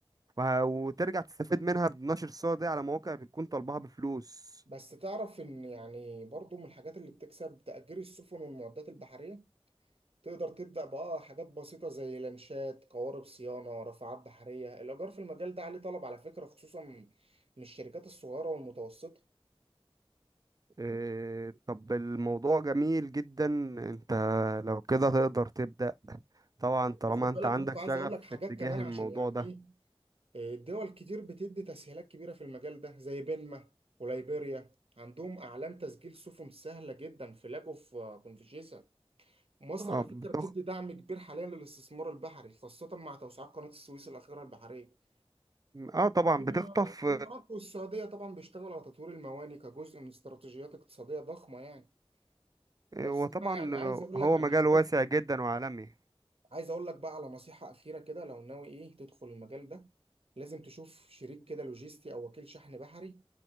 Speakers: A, on the right; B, on the right.
A: وه- وترجع تستفيد منها بنشر الصور دي على مواقع بتكون طالبها بفلوس
B: بس تعرف إن يعني برضو من الحاجات اللي بتكسب تأجير السفن والمعدات البحرية تقدر تبدأ بقى حاجات بسيطة زي لانشات قوارب صيانة رافعات بحرية الإيجار في المجال ده عليه طلب على فكرة خصوصا من الشركات الصغيرة والمتوسطة
A: إيه، طب الموضوع جميل جدا انت لو كده تقدر تبدأ طبعا طالما
B: وخد
A: انت
B: بالك
A: عندك
B: برضه
A: شغف
B: عايز أقول لك حاجات
A: في اتجاه
B: كمان
A: الموضوع
B: عشان يعني
A: ده
B: إيه آه، دول كتير بتدي تسهيلات كبيرة في المجال ده زي بنما وليبيريا عندهم أعلان تسجيل سفن سهلة جدا في لاجو في آه، كونفشيسا مصر
A: اه
B: على فكرة
A: بتخ...
B: بتدي دعم كبير حاليا للاستثمار البحري خاصة مع توسعات قناة السويس الأخيرة البحرية
A: اه طبعا
B: الإمارات
A: بتخطف
B: والسعودية طبعا بيشتغلوا على تطوير المواني كجزء من استراتيجيات اقتصادية ضخمة يعني بس
A: وطبعا
B: أنا يعني عايز أقول
A: هو
B: لك على
A: مجال
B: حاجات
A: واسع جدا وعالمي
B: عايز أقول لك بقى على نصيحة أخيرة كده لو ناوي إيه تدخل المجال ده لازم تشوف شريك كده لوجيستي أو وكيل شحن بحري